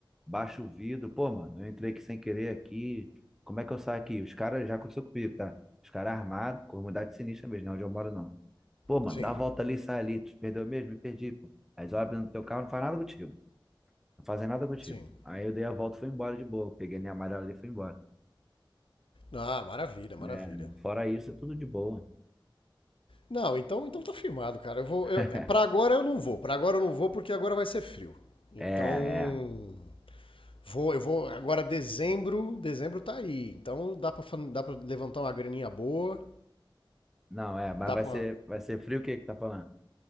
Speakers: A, in the centre; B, on the left (about 85°).
A: baixa o vidro. Pô, mano, eu entrei aqui sem querer aqui. Como é que eu saio aqui? Os caras, já aconteceu comigo, tá? Os caras armados, comunidade sinistra mesmo, não é onde eu moro, não. Pô, mano,
B: Sim,
A: dá a volta ali, sai ali. Tu perdeu mesmo? Me perdi, pô. Aí eles olham no teu carro, não faz nada contigo. Não fazem nada contigo.
B: sim.
A: Aí eu dei a volta e fui embora de boa. Peguei minha amarela ali e fui embora.
B: Ah, maravilha, maravilha.
A: Né? Fora isso, é tudo de boa.
B: Não, então, então tá firmado, cara. Eu vou,
A: <laughs>
B: eu, para agora eu não vou. Pra agora eu não vou porque agora vai ser frio. Então,
A: É, é.
B: vou, eu vou agora dezembro, dezembro tá aí. Então dá pra, fan- dá pra levantar uma graninha boa,
A: Não, é, mas
B: dá
A: vai
B: pra
A: ser, vai ser frio o que que tá falando?